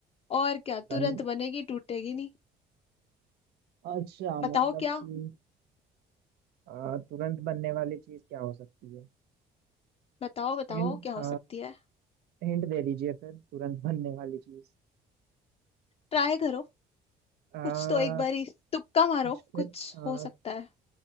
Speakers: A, on the left (about 35°); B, on the right (about 70°).
A: और क्या
B: बन
A: तुरंत बनेगी टूटेगी नहीं
B: अच्छा
A: बताओ
B: मतलब
A: क्या
B: कि आ, तुरंत बनने वाली चीज क्या हो सकती है
A: बताओ बताओ
B: हिंट
A: क्या हो सकती है
B: हिंट दे दीजिए फिर तुरंत बनने वाली चीज
A: ट्राई करो
B: आ
A: कुछ तो एक बारी तुक्का मारो
B: कुछ खि-
A: कुछ
B: आ,
A: हो सकता है